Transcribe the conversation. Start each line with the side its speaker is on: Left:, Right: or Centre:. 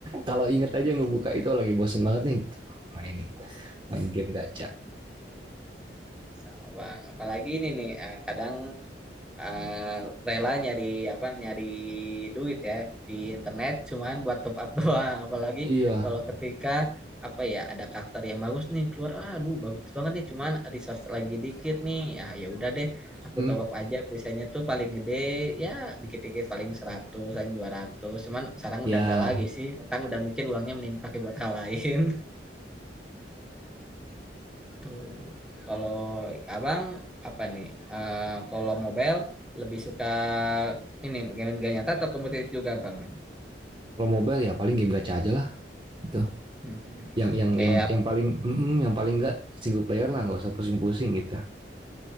Right: Kalau inget aja ngebuka itu lagi bosen banget nih gitu. Main main game gacha.
Centre: Sama bang. Apalagi ini nih, eh, kadang eh, rela nyari apa nyari duit ya di internet cuman buat top up <laughs> doang apalagi
Right: Iya.
Centre: kalau ketika apa ya ada karakter yang bagus nih keluar aduh bagus banget nih cuman resource lagi dikit nih ah ya udah deh aku
Right: Hmm.
Centre: top up aja biasanya tuh paling gede ya dikit-dikit paling 100 paling dua ratus cuman sekarang
Right: Ya,
Centre: udah enggak lagi sih sekarang udah mikir uangnya mending pakai <laughs> buat hal lain Hmm. Kalau abang apa nih? Eh, kalau mobile lebih suka ini game-game nyata atau kompetitif juga bang?
Right: kalau mobile ya paling game gacha aja lah gitu.
Centre: Hmm.
Right: Yang yang
Centre: Kayak
Right: yang yang paling mm, yang paling enggak single player lah, nggak usah pusing-pusing gitu.